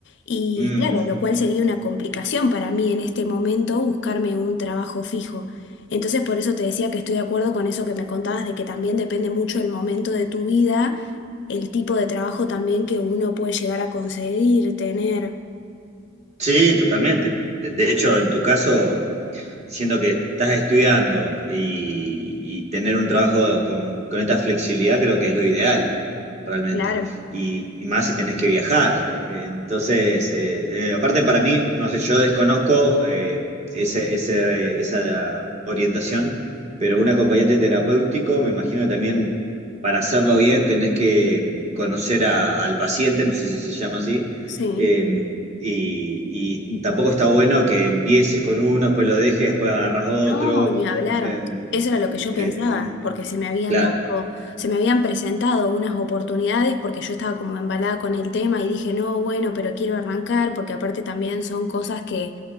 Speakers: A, on the left; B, on the right.
A: y
B: Mm.
A: claro, lo cual sería una complicación para mí en este momento buscarme un trabajo fijo. Entonces por eso te decía que estoy de acuerdo con eso que me contabas de que también depende mucho el momento de tu vida el tipo de trabajo también que uno puede llegar a conseguir, tener.
B: Sí, totalmente. De, de hecho, en tu caso, siendo que estás estudiando y, y tener un trabajo con, con esta flexibilidad creo que es lo ideal, realmente.
A: Claro,
B: Y, y más si tenés que viajar. Eh, Entonces, eh, eh, aparte para mí, no sé, yo desconozco eh, ese- ese- esa orientación, pero un acompañante terapéutico, me imagino que también para hacerlo bien tenés que conocer a- al paciente, no sé si se llama así
A: sí.
B: eh, y, y tampoco está bueno que empieces con uno, después lo dejes, después agarras otro.
A: No, ni hablar.
B: Eh,
A: Eso era lo que yo
B: eh,
A: pensaba, porque se me habían
B: claro,
A: dado, se me habían presentado unas oportunidades porque yo estaba como embalada con el tema y dije, no, bueno, pero quiero arrancar, porque aparte también son cosas que